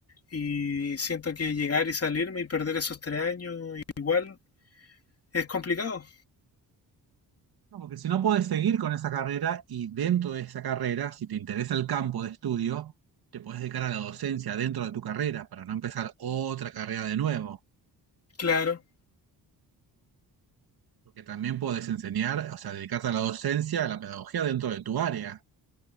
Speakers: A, on the left; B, on the right.
A: Y siento que llegar y salirme y perder esos tres años igual es complicado.
B: No, porque si no podés seguir con esa carrera y dentro de esa carrera, si te interesa el campo de estudio, te podés dedicar a la docencia dentro de tu carrera para no empezar otra carrera de nuevo.
A: Claro.
B: Porque también podés enseñar, o sea, dedicarte a la docencia, a la pedagogía dentro de tu área.